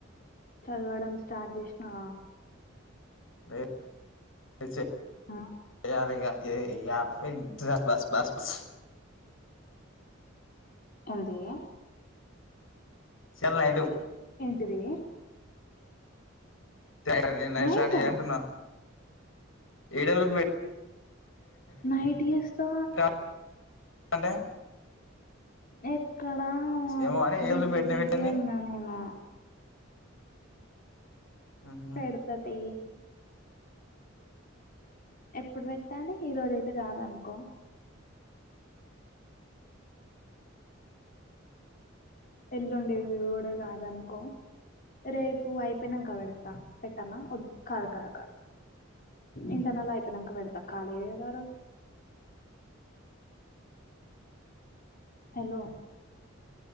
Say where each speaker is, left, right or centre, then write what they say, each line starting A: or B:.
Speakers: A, on the left; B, on the left.
A: చదవడం స్టార్ట్ చేసినవా
B: లే <unintelligible>
A: ఆ
B: ఇయాలేగా <unintelligible> <unintelligible> బస్ బస్ బస్
A: <inaudible> అంతేగా
B: చల్ నైటు
A: ఏంటిదీ
B: <unintelligible> నేను నైట్
A: నైటా
B: స్టార్ట్ చెయ్ అంటున్నా ఏడ <unintelligible>
A: నైటి ఎస్ తవా
B: పెట్టిన అంటే
A: ఎక్కడా
B: ఏమో అని
A: బిజీ
B: ఏబులు పెట్టిన
A: బిజీ
B: పెట్టింది
A: ఉన్నా నేను
B: ఆహా
A: పెడుతా తీ ఎప్పుడు పెట్టాలి ఈ రోజ్ అయి తే కాదు అనుకో ఎల్లుండేవి కూడ కాదనుకో, రేపు అయిపోయినంక పెడతా, పెట్టాల వద్దు కాదు కాదు కాదు, ఇంటర్నల్ అయిపోయినంక పెడతా ఖాళీయే కదా ఆ రోజు. హలో